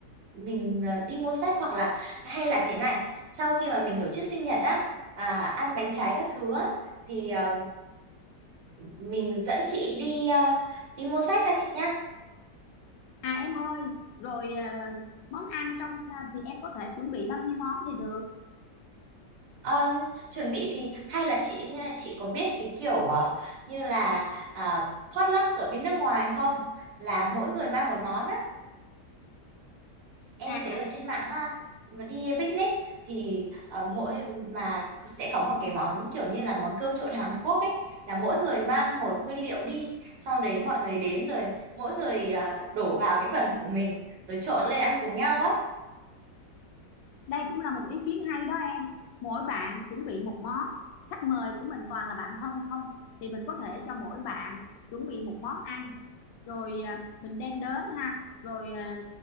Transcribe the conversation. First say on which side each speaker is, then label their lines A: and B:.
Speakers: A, on the right (about 75°); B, on the left (about 80°).
A: mình à, đi mua sách hoặc là hay là thế này, sau khi mà mình tổ chức sinh nhật á, à, ăn bánh trái các thứ á, thì à, mình dẫn chị đi à, đi mua sách ha chị nhá.
B: à em ơi rồi ờ, món ăn trong ờ, thì em có thể chuẩn bị bao nhiêu món thì được
A: Ờ, chuẩn bị thì hay là chị chị có biết cái kiểu à, như là à, potluck ở bên nước ngoài không? Là mỗi người mang một món á. Em
B: À,
A: thấy ở trên mạng á, mà đi picnic thì ờ, mỗi mà sẽ có một cái món kiểu như là món cơm trộn Hàn Quốc ấy là mỗi người mang một nguyên liệu đi xong đấy mọi người đến rồi mỗi người ờ, đổ vào cái phần của mình rồi trộn lên ăn cùng nhau á
B: Đây cũng là một ý kiến hay đó em. Mỗi bạn chuẩn bị một món, khách mời của mình toàn là bạn thân không thì mình có thể cho mỗi bạn chuẩn bị một món ăn rồi à, mình đem đến ha. Rồi à,